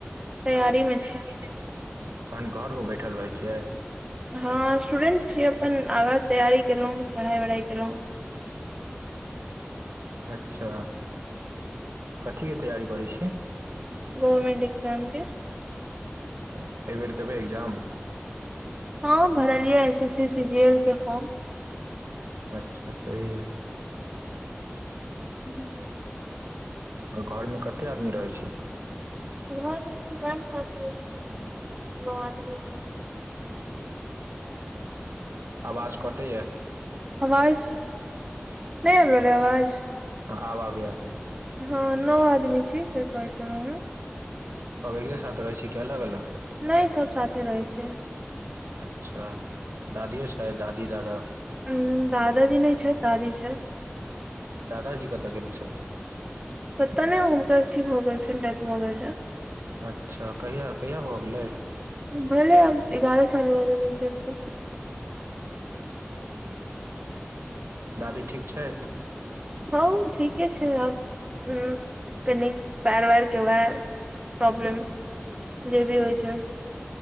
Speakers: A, on the right (about 20°); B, on the right (about 75°).
A: तैयारी मे
B: गारी में छी, तहन घर में बैठल रहै छियै?
A: हँ स्टूडेंट छीयै, अपन आगाँ तैयारी केलौं, पढ़ाइ वढ़ाई केलौं।
B: अच्छा, कथीके तैयारी करै छीय?
A: गोवमेन्ट एग्जामके।
B: अच्छा, तऽ अइ बेर देबै एग्जाम?
A: हँ, भरलियैयाऽ S S C C G L के फॉर्म।
B: अच्छा सही अइ।
A: हुम्म।
B: और घर में कते आदमी रहै छी?
A: घर में हमर ज्वाइंत फैमली अइ, नॉ आदमी रहै छी।
B: आवाज कटैयाऽ।
A: अवाज नैय आयब रहल अइ अवाज?
B: हँ आब आबया आबया।
A: हँ नौ आदमी छी, से कहै छेलौ है।
B: सब <unintelligible> साथ रहै छि, कि अलग- अलग?
A: नैय सब साथे रहै छियै।
B: अच्छा दादियो छै, दादी- दादा?
A: उम्म दादाजी नै छैथ, दादी छैथि।
B: दादाजी कतऽ गेल छथी?
A: कतउ नै हुनकर अथी भऽ गेल छैन <unintelligible> भऽ गेल छैन।
B: अच्छा कहिया- कहिया भऽ गेलै?
A: भेलै आब एगारह साल भऽ गेलै <unintelligible> के।
B: अच्छा दादी ठीक छैथि?
A: हँ ठीके छै आब, हुम्म कनि पैर- वैर के वहा प्रॉब्लम जे भी होइ छै।